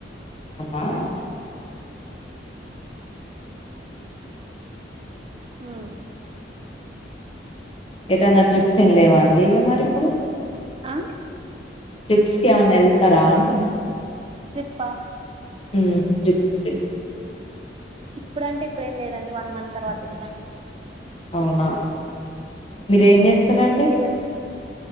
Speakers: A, on the left; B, on the right.
A: అవునా?
B: హా
A: ఏటైనా ట్రిప్స్ ఏమి లేవా అండి ఇక మరి ఇప్పుడు
B: ఆ
A: ట్రిప్స్ కి ఏమైన్నా వెళ్తారా అంటున్నా?
B: ట్రిప్పా
A: ఉమ్ ట్రిప్పే
B: ఇప్పుడంటే ఇప్పుడు ఏం లేదండి వన్ మంత్ తర్వాత వెళ్తాను
A: అవునా? మీరేం
B: ఉమ్
A: చేస్తారండి
B: మీర్ ఎల్